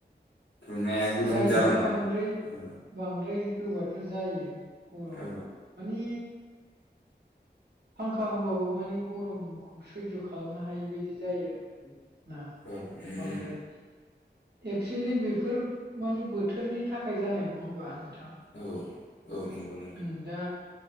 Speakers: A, on the left; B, on the right.
A: दुंनाया गुदुं
B: जायो
A: जालाङोना
B: बांद्राय
A: औ
B: बांद्राय होबाथ' जायो गरम
A: औ
B: माने फांखा होबाबो माने गरमखौ सैज' खालामनो हायि बायदि जायो। ना
A: औ उम
B: बांद्राय। एक्सुलि बेफोर मानि बोथोरनि थाखाय जानाय नङा होमबा नोंथां?
A: औ औ नंगौ नों
B: उम दा